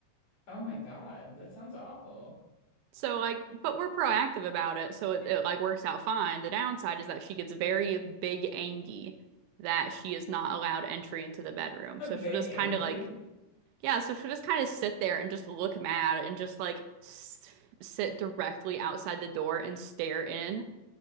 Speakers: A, on the left (about 35°); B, on the right (about 80°).
A: Oh my God. That sounds awful.
B: So like, but we're proactive about it, so it,
A: <laughs>
B: it like works out fine. The downside is that she gets very big angy that she is not allowed entry into the bedroom. So she'll
A: Big
B: just
A: Angie.
B: kind of like
A: <laughs>
B: Yeah, so she'll just kind of sit there and just look mad and just like s sit directly outside the door and stare in.